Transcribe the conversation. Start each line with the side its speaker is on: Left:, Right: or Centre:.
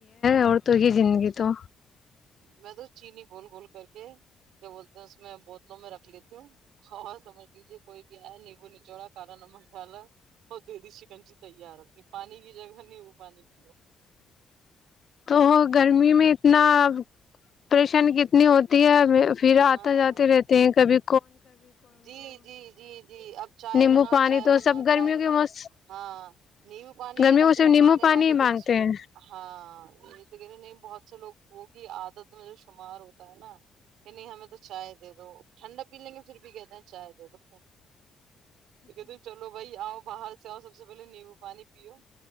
Left: دوڑ تو یہ زندگی تو
Right: میں تو چینی گول گھول کر کے کیا بولتے ہیں اس میں بوتلوں میں رکھ لیتی ہوں اور سمجھ لیجیے کوئی بھی آیا نیمبو نچوڑا کالا نمک ڈالا اور دے دیی چکنجی تیار رتی پانی کی جگہ نہیں وہ پانی پیو
Left: تو گرمی میں اتنا پریشانی کتنی ہوتی ہے پھر آتا
Right: ہاں
Left: جاتے رہتے ہیں بھی
Right: جی جی جی جی اب چائے
Left: نیمبو
Right: بناؤ
Left: پانی
Right: چائے
Left: تو
Right: بناؤ
Left: سب گرمیوں
Right: چائے بناؤ
Left: کے موس
Right: ہاں نیبو پانی
Left: گرمیوں
Right: یہ کم
Left: کو
Right: سے
Left: صرف
Right: کم
Left: نیمبو
Right: آنے
Left: پانی
Right: والے
Left: ہی
Right: کو
Left: مانگتے
Right: بھی سکون
Left: ہیں
Right: ہاں ہاں یہ تو کہے نہیں بہت لوگوں کی عادت میں جو شمار ہوتا ہے نا کہ نہیں ہمیں تو چائے دے دو ٹھنڈا پی لیں گے ادھر بھی کہتے ہیں چائے تو تو کہتی چلو بھائی آؤ باہر آؤ سب سے پہے نیمبو پانی پیو